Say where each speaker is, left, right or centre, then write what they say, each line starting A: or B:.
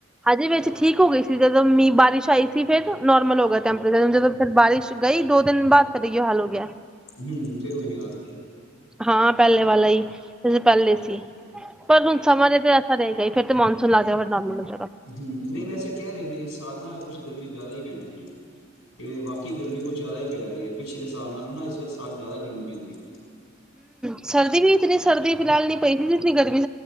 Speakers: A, in the centre; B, on the left.
A: ਹਜੇ ਵਿੱਚ ਠੀਕ ਹੋ ਗਈ ਸੀ ਜਦੋਂ ਮੀਂਹ ਬਾਰਿਸ਼ ਆਈ ਸੀ ਫੇਰ ਨੋਰਲ ਗਿਆ ਟੈਂਪਰੇਚਰ ਜਦੋਂ ਫਿਰ ਬਾਰਿਸ਼ ਗਈ ਦੋ ਦਿਨ ਬਾਅਦ ਤਦੇ ਏ ਹਾਲ ਹੋ ਗਿਆ
B: ਹਮ ਫੇਰ ਉਹੀ ਆਰ
A: ਹਾਂ ਪਹਿਲੇ ਵਾਲਾ ਹੀ <inaudible> ਪੈਹਲੇ ਸੀ ਪਰ ਹੁਣ ਸਮਾਂ ਦੇ ਤੇ ਅਸਰ ਰਹੇਗਾ ਇ ਫਿਰ <inaudible>
B: ਹਮ ਨਹੀ ਵੈਸੇ ਕਹਿ ਰਹੇ ਸੀ ਸਾਲ ਨਾ ਕੁਛ ਗਰਮੀ ਜ਼ਿਆਦਾ ਹੀ ਪੈਣੀ ਹੈ ਤੇ ਬਾਕੀ ਗਰਮੀ ਕੁਛ ਜ਼ਿਆਦਾ ਹੀ ਪੈ ਰਹੀ ਹੈ ਪਿਛਲੇ ਸਾਲ ਨਾਲੋ ਨਾ ਇਸ ਵ ਸਾਲ ਜ਼ਿਆਦਾ ਗਰਮੀ ਪੈਂਦੀ ਹੈ
A: ਸਰਦੀ ਵੀ ਇਤਨੀ ਸਰਦੀ ਫਿਲਹਾਲ ਨਹੀਂ ਪਈ ਸੀ ਜਿੰਨੀ ਗਰਮੀ